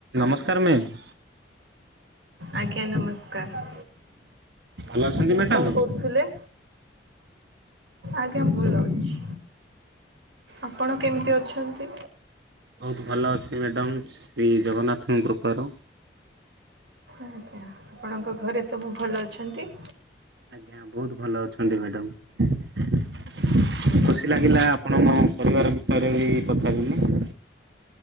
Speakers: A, on the right; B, on the right.
A: ନମସ୍କାର ମ୍ୟାମ୍।
B: ଆଜ୍ଞା ନମ ସ୍କାର
A: ଭଲ ଅଛନ୍ତି
B: ଆଜ୍ଞା
A: ମ୍ୟାଡ଼ାମ?
B: କଣ କରୁଥିଲେ? ଆଜ୍ଞା ଭଲ ଅଛି। ଆପଣ କେମିତି ଅଛନ୍ତି?
A: ବହୁତ ଭଲ ଅଛି ମ୍ୟାଡ଼ମ୍ ଶ୍ରୀ ଜଗନ୍ନାଥଙ୍କ କୃପାରୁ।
B: ଆଜ୍ଞା, ଆପଣଙ୍କ ଘରେ ସବୁ ଭଲ ଅଛନ୍ତି?
A: ଆଜ୍ଞା ବହୁତ ଭଲ ଅଛନ୍ତି ମ୍ୟାଡ଼ାମ୍।
B: ଆଜ୍ଞା।
A: ଖୁସି ଲାଗିଲା ଆପଣ ମୋ ପରିବାର ବିଷୟରେ ବି ପଚାରିଲେ।